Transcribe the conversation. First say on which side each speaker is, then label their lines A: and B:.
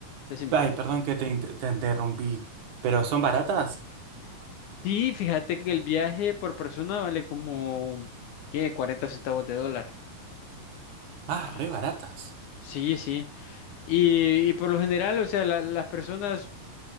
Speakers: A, on the left (about 75°); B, on the right (about 65°).
A: decime.
B: ay, perdón que te, inter- te interrumpí, pero son baratas.
A: Sí, fíjate que el viaje por persona vale como, ¿qué? 40 centavos de dólar.
B: Ah,
A: Ah,
B: re baratas.
A: sí, sí. Y, y por lo general, o sea, la- las personas